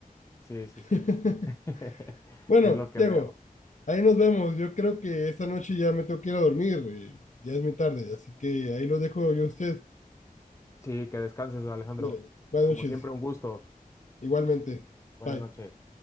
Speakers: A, on the left; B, on the left.
A: Sí, sí,
B: <laughs>
A: sí. <laughs>
B: Bueno,
A: Es lo que
B: Diego,
A: veo.
B: ahí nos vemos. Yo creo que esta noche ya me tengo que ir a dormir, eh, ya es muy tarde, así que ahí lo dejo yo a usted.
A: Sí, que descanses, Alejandro.
B: Dale, buenas
A: Como
B: noches,
A: siempre, un gusto.
B: igualmente.
A: Buenas
B: Bye.
A: noches.